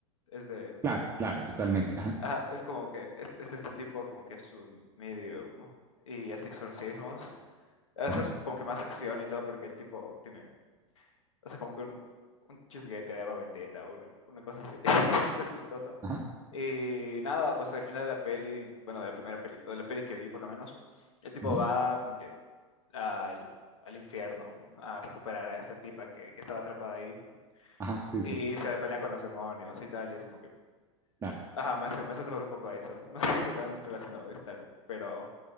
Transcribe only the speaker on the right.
claro, claro, totalmente, ajá,
ujú,
ajá,
ujú,
ajá, sí,
sí,
claro,